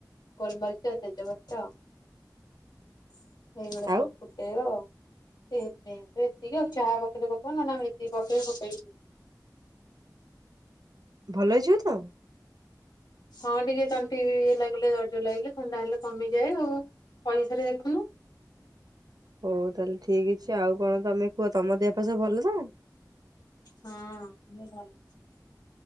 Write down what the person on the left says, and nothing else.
ଗୋଲମରିଚ, ତେଜପତ୍ର। ସେଇଗୁଡା
ସବୁ ଫୁଟେଇ ବ ମୁଁ ଏତିକି ଆଉ ଚାହା ପକେଇଲେ ପକଉ ନହଲେ, ମୁଁ ଏତିକି ପକେଇକି ପକେଇ
ହଁ ଟିକେ ତଣ୍ଟି ଲାଗିଲେ ଦରଜ ଲାଗିଲେ ଥଣ୍ଡା ହେଲେ କମିଯାଏ, ଆଉ ପଇସାରେ ଦେଖୁନୁ।
ହଁ। ମୁଁ ଭଲ ଅଛି।